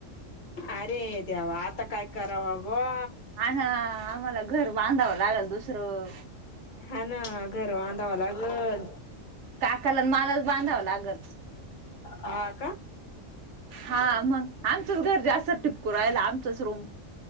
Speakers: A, on the left; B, on the right.
A: अरे देवा आता काय करावं बुवा.
B: हां आम्हाला घर बांधव लागल दुसरं.
A: हां ना घर बांधवं लागल.
B: काकाला अनं मालाच बांधावं लागल.
A: हा का?
B: हा मग. आमचंच घर जास्त टिपकू राहिल, आमचंच रूम.